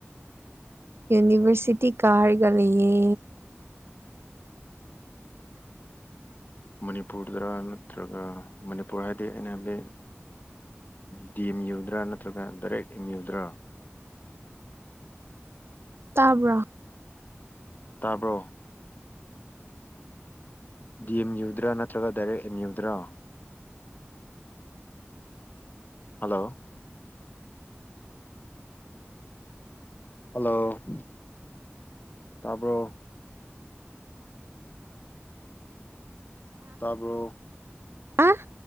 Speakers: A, on the right; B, on the left.
A: ꯌꯨꯅꯤꯚꯔꯁꯤꯇꯤ ꯀꯥꯔꯒ ꯂꯩꯌꯦ
B: ꯃꯅꯤꯄꯨꯔꯗꯔ ꯅꯠꯇ꯭ꯔꯒ ꯃꯅꯤꯄꯨꯔ ꯍꯥꯏꯗꯤ ꯑꯩꯅ ꯍꯥꯏꯕꯗꯤ ꯗꯤ ꯑꯦꯝ ꯌꯨ ꯗꯔꯥ ꯅꯠꯇ꯭ꯔꯒ ꯗꯥꯔꯦꯛ ꯑꯦꯝ ꯃ꯭ꯌꯨ ꯗꯔꯥ
A: ꯇꯥꯕ꯭ꯔꯣ
B: ꯇꯥꯕ꯭ꯔꯣ ꯗꯤ ꯑꯦꯝ ꯌꯨ ꯗꯔꯥ ꯅꯠꯇ꯭ꯔꯒ ꯗꯥꯏꯔꯦꯛ ꯑꯦꯝ ꯃ꯭ꯌꯨ ꯗꯔꯣ ꯍꯜꯂꯣ ꯍꯜꯂꯣ ꯇꯥꯕ꯭ꯔꯣ ꯇꯥꯕ꯭ꯔꯣ
A: ꯑꯥ